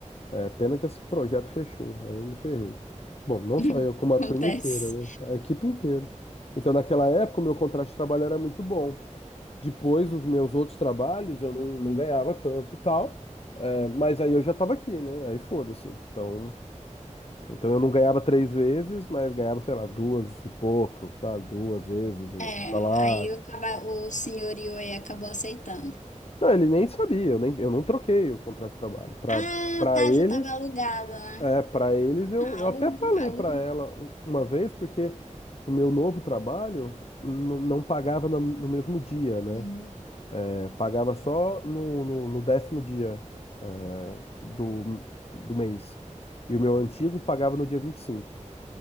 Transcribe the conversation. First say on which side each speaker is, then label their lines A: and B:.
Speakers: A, on the left; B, on the left.
A: É, pena que esse projeto fechou, aí eu me ferrei. Bom, não
B: <laughs>
A: só eu, como a
B: Acontece.
A: turma inteira, né? A equipe inteira. Então, naquela época, o meu contrato de trabalho era muito bom. Depois, os meus outros trabalhos, eu não, não ganhava tanto e tal. É, mas aí eu já estava aqui, né? Aí foda-se. Então, então, eu não ganhava três vezes, mas ganhava, sei lá, duas e pouco, sabe? Duas vezes o
B: É,
A: salário.
B: aí o, caba- o senhor Yoi acabou aceitando.
A: Não, ele nem sabia, eu, nem, eu não troquei o contrato de trabalho. Para
B: Ah,
A: para
B: tá,
A: eles,
B: já tava alugado, né?
A: É, para eles, eu,
B: Ah,
A: eu
B: alu,
A: até falei
B: alu,
A: para ela um- uma vez, porque o meu novo trabalho não, não pagava na- no, mesmo dia,
B: Uhum,
A: né? É, pagava só no, no, no décimo dia, é, do, do mês. E o meu antigo pagava no dia 25